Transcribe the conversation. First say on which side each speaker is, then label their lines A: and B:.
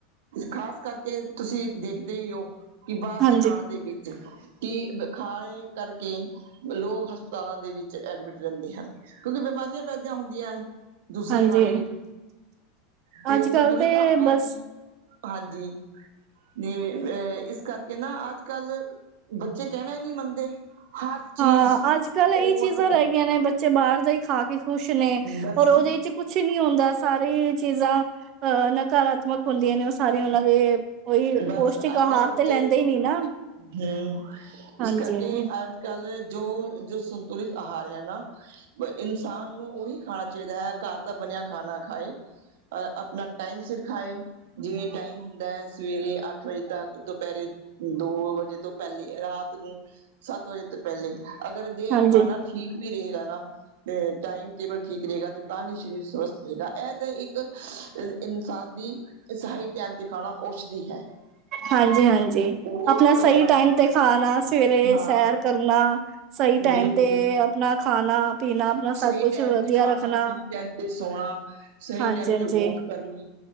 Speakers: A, on the right; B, on the right.
A: ਖ਼ਾਸ ਕਰਕੇ ਤੁਸੀਂ ਦੇਖਦੇ ਹੀ ਹੋ ਕਿ ਬਾਹਰ
B: ਹਾਂਜੀ
A: ਦੇ ਖਾਣੇ ਦੇ ਵਿੱਚ ਕੀ ਖਾ ਕਰਕੇ ਲੋਕ ਹਸਪਤਾਲਾਂ ਦੇ ਵਿੱਚ ਐਡਮਿਟ ਰਹਿੰਦੇ ਹਨ ਕਿਉਂਕਿ ਬਿਮਾਰੀਆਂ ਪੈਦੀਆਂ ਹੁੰਦੀਆਂ ਹਨ। ਦੂਸਰੇ
B: ਹਾਂਜੀ
A: ਖਾਣੇ ਵੀ ਤੇ
B: ਅੱਜ
A: ਸੰਤੁਲਿਤ
B: ਕੱਲ
A: ਹਾਂਜੀ
B: ਬਸ
A: ਹੀ ਹਾਂਜੀ ਨ ਅ ਇਸ ਕਰਕੇ ਨਾ ਅੱਜ ਕੱਲ ਬੱਚੇ ਕਹਿਣਾ ਹੀ ਨਹੀਂ ਮੰਨਦੇ ਹਰ ਚੀਜ਼
B: ਹਾਂ ਅੱਜ ਕੱਲ ਇਹੀ
A: ਉਹ
B: ਚੀਜ਼ਾਂ
A: ਬਸ
B: ਰਹਿ ਗਈਆਂ ਨੇ ਬੱਚੇ ਬਾਹਰ ਦਾ ਹੀ ਖਾ ਕੇ ਖੁਸ਼ ਨੇ
A: ਬਸ
B: ਔਰ ਉਹਦੇ ਚ ਕੁਛ ਨੀ ਆਉਂਦਾ ਸਾਰੇ ਚੀਜ਼ਾਂ ਅਹ ਨਾ ਨਾਕਰਆਤਮਾ ਹੁੰਦੀਆਂ ਨੇ ਉਹ ਸਾਰੇ ਉਹਨਾਂ ਦੇ ਉਹੀ
A: ਬਸ
B: ਪੌਸ਼ਟਿਕ
A: ਅੱਜ
B: ਆਹਾਰ
A: ਕੱਲ ਬੱਚੇ
B: ਤੇ ਲੈਂਦੇ ਹੀ ਨੀ ਨਾ
A: ਹੂ ਇਸ
B: ਹਾਂਜੀ
A: ਕਰਕੇ
B: ਹਾਂਜੀ
A: ਅੱਜ ਅੱਜ ਕੱਲ ਜੋ ਜੋ ਸੰਤੁਲਿਤ ਆਹਾਰ ਹੈ ਨਾ ਇਨਸਾਨ ਨੂੰ ਉਹੀ ਖਾਣਾ ਚਾਹੀਦਾ ਹੈ ਘਰ ਦਾ ਬਣਿਆ ਖਾਣਾ ਖਾਏ ਅ ਆਪਣਾ ਟਾਈਮ ਸਿਰ ਖਾਏ ਜਿਵੇਂ ਟਾਈਮ ਹੁੰਦਾ ਹੈ। ਸਵੇਰੇ ਅੱਠ ਵਜੇ ਤੱਕ ਦੁਪਹਿਰੇ ਦੋ ਵਜੇ ਤੋਂ ਪਹਿਲੇ ਰਾਤ ਨੂੰ ਸੱਤ ਵਜੇ ਤੋਂ ਪਹਿਲੇ ਅਗਰ ਜੇ
B: ਹਾਂਜੀ
A: ਖਾਣਾ ਠੀਕ ਵੀ ਰਹੇਗਾ ਨਾ ਟਾਈਮ ਟੇਬਲ ਠੀਕ ਰਹੇਗਾ ਤੇ ਤਾਂ ਵੀ ਸਰੀਰ ਸਵਸਥ ਰਹੇਗਾ ਇਹ ਤਾਂ ਇੱਕ ਇਨਸਾਨ ਦੀ ਸਹਾਹੀ ਟਾਈਮ ਦਿਖਾਵਾਂ ਉਸ ਦੀ ਹੈ।
B: ਹਾਂਜੀ ਹਾਂਜੀ
A: ਉਹ
B: ਆਪਣਾ
A: ਕਰਨਾ
B: ਸਹੀ ਟਾਈਮ ਤੇ ਖਾਣਾ ਸਵੇਰੇ
A: ਹਾਂ
B: ਸੈਰ ਕਰਨਾ ਸਹੀ ਟਾਈਮ
A: ਬਿਲਕੁਲ
B: ਤੇ ਆਪਣਾ ਖਾਣਾ ਪੀਣਾ ਆਪਣਾ
A: ਸਹੀ
B: ਸਭ ਕੁਛ
A: ਟਾਈਮ
B: ਵਧੀਆ
A: ਤੇ ਖਾਣਾ
B: ਰੱਖਣਾ
A: ਸਹੀ ਟਾਈਮ ਤੇ ਸੋਣਾ ਸਹੀ
B: ਹਾਂਜੀ
A: ਟਾਈਮ
B: ਹਾਂਜੀ
A: ਤੇ ਵੋਕ ਕਰਨੀ